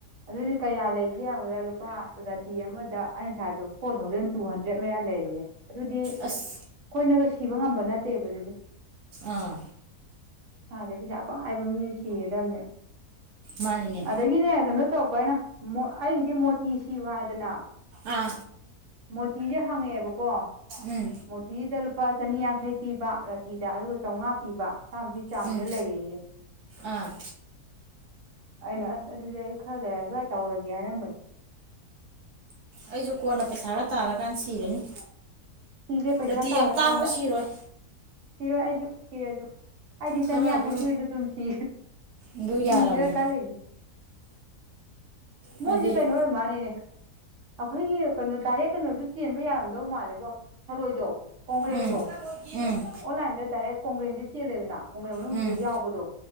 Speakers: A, on the right (about 55°); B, on the right (about 75°).
A: ꯑꯗꯨꯗꯤ ꯀꯩ ꯌꯥꯂ ꯕꯗ ꯂꯨꯄꯥ ꯔꯥꯇꯤ ꯑꯃꯗ ꯑꯩꯅꯁꯗ ꯐꯣꯔ ꯊꯥꯎꯖꯟ ꯇꯨ ꯍꯟꯗ꯭ꯔꯦꯗ ꯃꯌꯥ ꯂꯩꯔꯤꯌꯦꯦ ꯑꯗꯨꯗꯤ ꯑꯩꯈꯣꯏꯅꯒ
B: ꯑꯁ
A: ꯁꯤꯕ ꯉꯝꯕ ꯅꯠꯇꯦꯕ ꯑꯗꯨꯗꯤ
B: ꯑꯥ
A: ꯑꯗꯩ ꯄꯩꯁꯥ ꯄꯥꯏꯕ ꯃꯤꯅ ꯁꯤꯒꯗꯕꯅꯦ
B: ꯃꯥꯅꯤꯅꯦ
A: ꯑꯗꯒꯤꯅꯦ ꯀꯩꯅꯣ ꯇꯧꯔꯛꯄꯅ ꯑꯩꯒꯤꯗꯤ ꯃꯣꯇꯤ ꯁꯤꯕꯨ ꯍꯥꯏꯗꯅ
B: ꯑꯥ
A: ꯃꯣꯇꯤꯁꯦ ꯍꯪꯉꯛꯑꯦꯕꯀꯣ
B: ꯎꯝ
A: ꯃꯣꯇꯤꯁꯤꯗ ꯂꯨꯄꯥ ꯆꯅꯤ ꯌꯥꯡ ꯌꯥꯡꯈꯩ ꯄꯤꯕ ꯔꯥꯇꯤꯗ ꯑꯗꯨꯒ ꯆꯥꯝꯃꯉꯥ ꯄꯤꯕ ꯥꯃꯨꯛꯀꯤ ꯆꯥꯡꯗ
B: ꯎꯝ
A: ꯂꯩꯌꯦꯌꯦ
B: ꯑꯥ
A: ꯑꯩꯅ ꯑꯁ ꯑꯗꯨꯗꯤ ꯑꯩ ꯈꯔ ꯂꯩꯔꯒ ꯇꯧꯔꯒꯦ ꯍꯥꯏꯔꯝꯕꯅꯤ
B: ꯑꯩꯁꯨ ꯀꯣꯟꯅ ꯄꯩꯁꯥꯒ ꯇꯥꯜꯂꯀꯥꯟꯗ ꯁꯤꯔꯅꯤ
A: ꯁꯤꯁꯦ ꯄꯩꯁꯥ
B: ꯅꯠꯇꯤ
A: ꯇꯥꯜꯂꯀꯥꯟꯗ
B: ꯌꯥꯝ ꯇꯥꯡꯕ ꯁꯤꯔꯣꯏ
A: ꯁꯤꯔꯣꯏ ꯑꯩꯁꯨ ꯁꯤꯔꯁꯨ ꯑꯩꯗꯤ
B: ꯈꯔ
A: ꯆꯅꯤꯌꯥꯡꯈꯩꯀꯤꯨꯗ
B: ꯑꯗꯨꯝ
A: ꯑꯗꯨꯝ ꯁꯤ
B: ꯑꯗꯨ
A: ꯁꯤꯁꯤꯔꯥ
B: ꯌꯥꯔꯕꯅꯤ
A: ꯀꯜꯂꯤꯅꯤ ꯃꯣꯏꯁꯨ
B: ꯍꯥꯏꯗꯤ
A: ꯀꯥꯏ ꯅꯣꯏ ꯃꯥꯅꯤꯅꯦ ꯑꯩꯈꯣꯏꯒꯤ ꯀꯩꯅꯣ ꯗꯥꯏꯔꯦꯛ ꯀꯩꯅꯣꯁꯨ ꯆꯦꯟꯕ ꯌꯥꯔꯝꯗꯧ ꯃꯥꯜꯂꯦꯕꯣ ꯊꯔꯣꯏꯗꯣ ꯀꯣꯡꯒ꯭ꯔꯦꯡꯗꯣ
B: ꯎꯝ ꯎꯝ
A: ꯑꯣꯟꯂꯥꯏꯟꯗ ꯗꯥꯏꯔꯦꯛ ꯀꯣꯡꯒ꯭ꯔꯦꯡꯁꯦ ꯆꯦꯜꯂꯦꯗꯅ ꯈꯣꯡꯡꯂ꯭ꯔꯦꯟ ꯃꯅꯨꯡꯗꯨꯗ
B: ꯎꯝ
A: ꯌꯥꯎꯕꯗꯣ